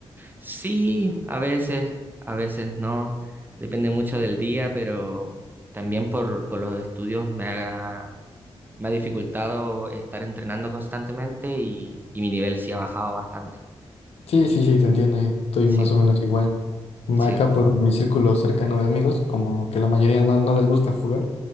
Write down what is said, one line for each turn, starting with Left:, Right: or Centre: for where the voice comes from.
Right: Sí, a veces, a veces no. Depende mucho del día, pero también por, por los estudios me ha, me ha dificultado estar entrenando constantemente y, y mi nivel sí ha bajado bastante.
Left: Sí, sí, sí, te entiendo y estoy
Right: Sí,
Left: más o menos igual.
Right: sí.
Left: Acá por mi círculo cercano de amigos, como que la mayoría no, no les gusta jugar,